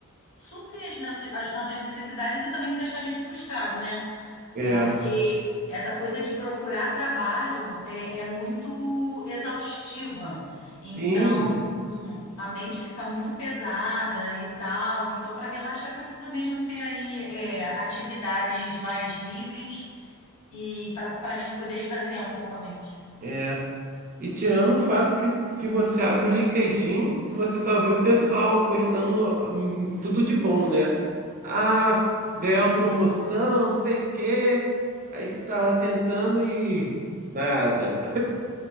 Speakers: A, on the left (about 75°); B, on the right (about 35°).
A: suprir as nossas, as nossas necessidades e também não deixar a gente frustrado, né?
B: É.
A: Porque essa coisa de procurar trabalho é, é muito exaustiva. Então,
B: Sim,
A: hum, a mente fica muito pesada e tal. Então, para relaxar, precisa mesmo ter aí é, atividades mais livres e para para a gente poder esvaziar um pouco a mente.
B: é. E tirando o fato que se você abre o LinkedIn, você só vê o pessoal postando hum, tudo de bom, né? Ah, ganhar uma promoção, não sei o quê. Aí você tá lá tentando e nada.